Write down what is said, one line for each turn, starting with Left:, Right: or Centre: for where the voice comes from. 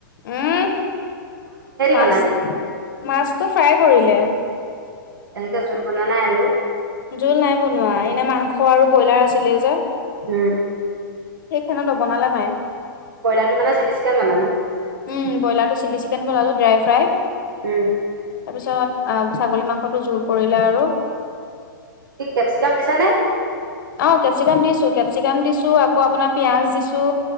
Left: উম মাছ-মাছটো
Right: বনালি
Left: ফ্ৰাই কৰিলে।
Right: এনেকে জোল বনোৱা নাই আৰু।
Left: জোল নাই বনোৱা এনে মাংস আৰু ব্ৰইলাৰ আছিলে যে। <unintelligible>
Right: উম
Left: নোৱনালে মায়ে।
Right: ব্ৰইলাৰটো মানে ছিলিচকেন বনালি।
Left: উম ব্ৰইলাৰটো চিলি চিকেন বনালো ড্ৰাই ফ্ৰাই।
Right: উম।
Left: তাৰপিছত ছাগলী মাংসটো জোল কৰিলে আৰু।
Right: কি কেপচিকাম দিছা নে।
Left: অ কেপচিকাম দিছোঁ কেপচিকাম দিছোঁ আকৌ আপোনাৰ পিয়াজ দিছোঁ।